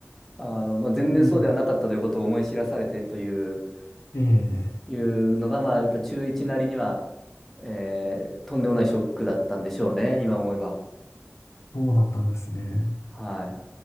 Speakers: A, in the centre; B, on the left.
A: あの、まあ、全然そうではなかったということを思い知らされてという、
B: うん、ええ、
A: いうのが、まあ、やっぱ中1なりにはえー、とんでもないショックだったんでしょうね、今思えば。
B: そうだったんですね。
A: はい。